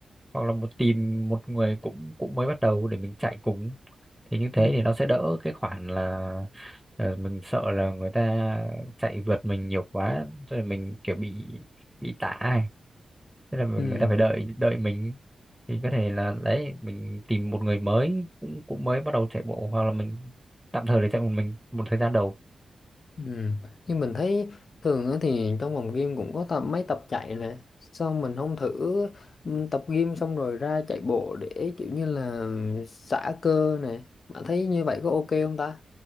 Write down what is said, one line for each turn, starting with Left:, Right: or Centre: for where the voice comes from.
Centre: hoặc là một tìm một người cũng cũng mới bắt đầu để mình chạy cùng thì như thế
Left: Ừ.
Centre: thì nó sẽ đỡ cái khoản là ờ, mình sợ là người ta chạy vượt mình nhiều quá rồi mình kiểu bị bị tả ấy. Thế là người
Left: Ừ.
Centre: ta phải đợi đợi mình thì có thể là đấy mình tìm một người mới cũng cũng mới bắt đầu chạy bộ hoặc là mình tạm thời để chạy một mình một thời gian đầu
Left: Ừ. Nhưng mình thấy thường á thì trong phòng gym cũng có tập mấy tập chạy nè sao mình không thử ừ, tập gym xong rồi ra chạy bộ để kiểu như là xả cơ nè bạn thấy như vậy có ok không ta